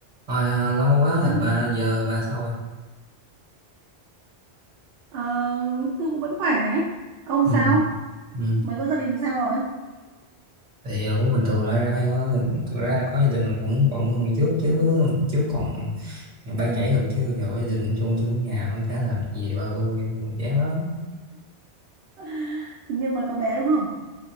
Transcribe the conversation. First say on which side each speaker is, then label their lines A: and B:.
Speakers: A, on the right (about 40°); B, on the right (about 65°).
A: Thôi ờ, lâu quá gặp
B: Ừ.
A: bà giờ bà sao rồi?
B: Ờ, tôi cũng vẫn khỏe. Ông
A: Ừ.
B: sao?
A: Ừ.
B: Mới có gia đình sao rồi?
A: Thì ờ, cũng bình thường lại ra thôi. Thực ra có gia đình cũng bận hơn ngày trước chứ trước còn bay nhảy thường chứ giờ có gia đình chung chung ở nhà cũng chả làm được gì bà ơi cũng chán lắm.
B: <laughs> Hình như mới có bé đúng không?